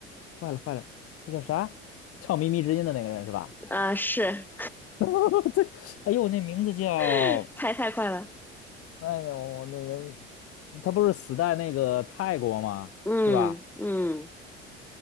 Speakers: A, on the left (about 45°); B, in the centre.
A: 坏了坏了，那叫啥？唱《靡靡之音》的那个人是吧？
B: 啊，是，
A: <laughs> 对，哎呦，那名字叫。
B: <laughs> 猜太快了，
A: 哎呦，那人他不是死在那个泰国吗？
B: 嗯嗯，
A: 是吧？